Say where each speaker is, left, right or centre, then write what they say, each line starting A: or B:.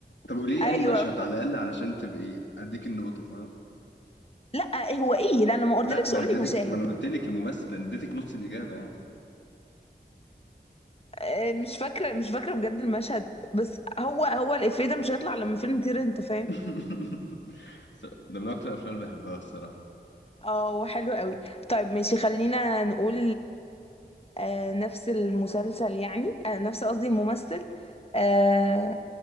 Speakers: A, on the left; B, on the left.
A: طب قولي لي
B: ايوه
A: انهي مشهد على الاقل علشان تبقي اديك النقطة فاهم
B: لا هو ايه لا انا ما قلتلكش
A: لا ما
B: قول
A: انا اديتك
B: لي مشاهد
A: ما انا قلت لك الممثل ده انا اديتك نص الاجابة يعني
B: آه، مش فاكره مش فاكره بجد المشهد بس هو هو الافيه ده مش هيطلع لما فيلم طير انت فاهم
A: <laughs> س- ده من اكتر الافلام اللي بحبها الصراحة
B: اه حلو قوي طيب ماشي خلينا نقول آه نفس المسلسل يعني آه نفس قصدي الممثل آه